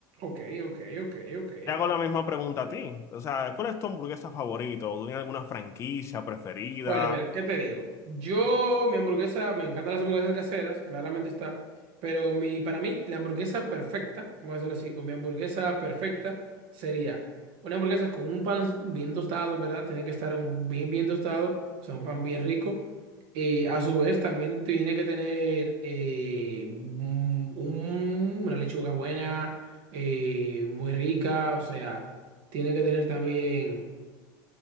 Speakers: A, on the right; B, on the left.
A: ok, ok, ok, ok.
B: Te hago la misma pregunta a ti. O sea, ¿cuál es tu hamburguesa favorita? ¿O ¿Tienes alguna franquicia preferida?
A: Bueno, mira, ¿qué te digo? Yo, mi hamburguesa, me encantan las hamburguesas caseras, claramente está, pero mi, para mí, la hamburguesa perfecta, vamos a decirlo así, o mi hamburguesa perfecta sería una hamburguesa con un pan bien tostado, en verdad, tiene que estar un bien, bien tostado, o sea, un pan bien rico, y a su vez también tiene que tener eh, un- un- una lechuga buena, eh, muy rica, o sea, tiene que tener también